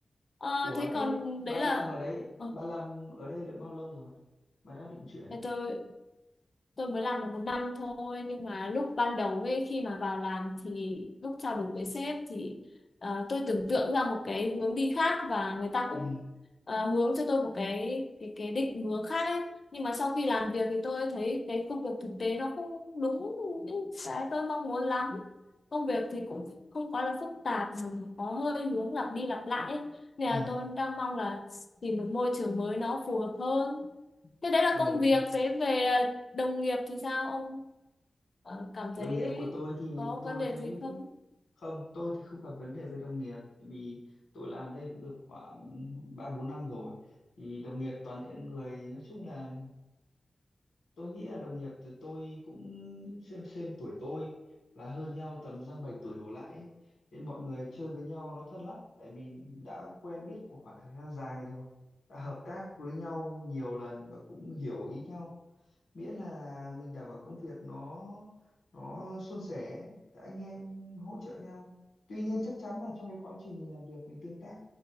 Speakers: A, on the left; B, on the left.
A: Ờ,
B: Ủa
A: thế
B: thế
A: còn
B: bà
A: đấy là
B: làm ở đấy,
A: ờ,
B: bà làm ở đây được bao lâu rồi? Bà đã định chuyển.
A: để tôi tôi mới làm được một năm thôi nhưng mà lúc ban đầu ấy khi mà vào làm thì lúc trao đổi với sếp thì ờ, tôi tưởng tượng ra một cái hướng đi khác và người ta cũng
B: Ừ,
A: ờ, hướng cho tôi một cái cái cái định hướng khác ấy nhưng mà sau khi làm việc thì tôi thấy cái công việc thực tế nó không đúng những cái tôi mong muốn lắm công việc thì cũng không quá là phức tạp mà có hơi hướng lặp đi lặp lại ấy. nên
B: ừ,
A: là tôi đang mong là tìm một môi trường mới nó phù hợp hơn thế đấy là
B: ờ,
A: công việc thế về đồng nghiệp thì sao ông ờ, cảm thấy
B: Đồng nghiệp của tôi thì
A: có
B: tôi
A: vấn đề
B: thấy
A: gì không
B: Không, tôi thì không gặp vấn đề với đồng nghiệp tại vì tôi làm đây cũng được khoảng 3 4 năm rồi. Thì đồng nghiệp toàn những người nói chung là tôi nghĩ là đồng nghiệp thì tôi cũng xem xem tuổi tôi và hơn nhau tầm dăm bảy tuổi đổ lại ấy. nên mọi người chơi với nhau nó thân lắm tại vì đã quen biết một khoảng thời gian dài rồi, đã hợp tác với nhau nhiều lần và cũng hiểu ý nhau miễn là mình đảm bảo công việc nó nó suôn sẻ anh em hỗ trợ nhau tuy nhiên chắc chắn là trong cái quá trình mình làm việc mình tương tác